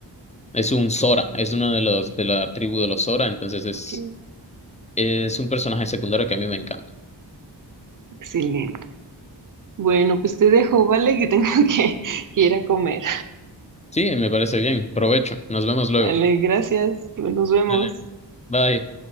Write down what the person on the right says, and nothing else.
Ok,
excelente. Bueno, pues te dejo, ¿vale? Que tengo <laughs> que, que ir a comer.
Vale, gracias. Nos vemos.